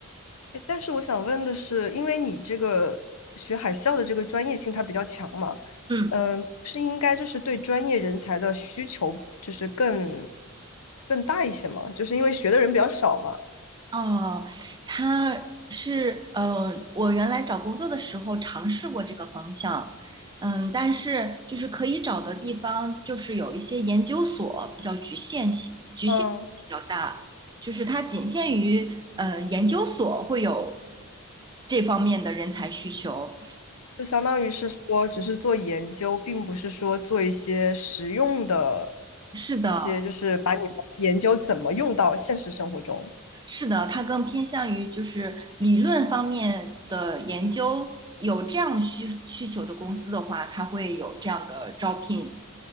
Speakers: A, on the left (about 75°); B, on the right (about 20°).
A: 诶但是我想问的是，因为你这个学海校的这个专业性它比较强嘛，
B: 嗯。
A: 嗯，是应该就是对专业人才的需求就是更更大一些嘛？就是因为学的人比较少嘛，
B: 哦，他是，嗯、我原来找工作的时候尝试过这个方向，嗯，但是就是可以找的地方，就是有一些研究所比较局限性，局限比较大，
A: 嗯，
B: 就是它仅限于呃研究所会有这方面的人才需求。
A: 就相当于是说只是做研究，并不是说做一些实用的
B: 是的。
A: 一些，就是把你的研究怎么用到现实生活中。
B: 是的，它更偏向于就是理论方面的研究。有这样需需求的公司的话，它会有这样的招聘